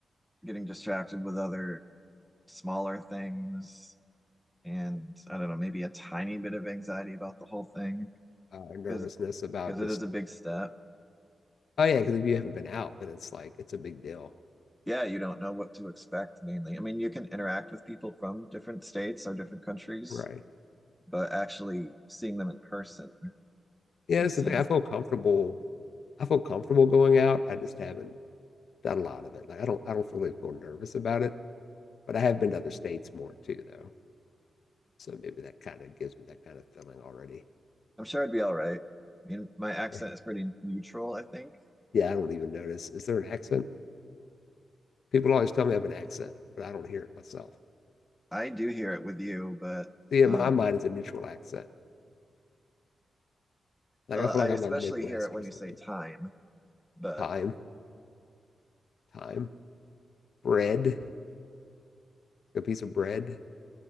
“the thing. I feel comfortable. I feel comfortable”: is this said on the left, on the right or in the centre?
Left